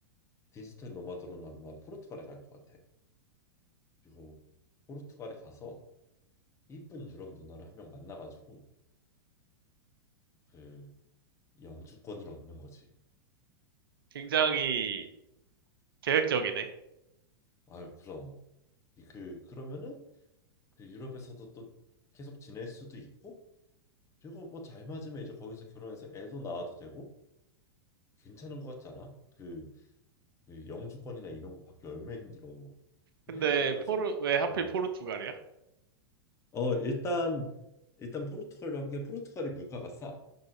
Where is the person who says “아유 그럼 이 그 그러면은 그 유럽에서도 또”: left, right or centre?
Left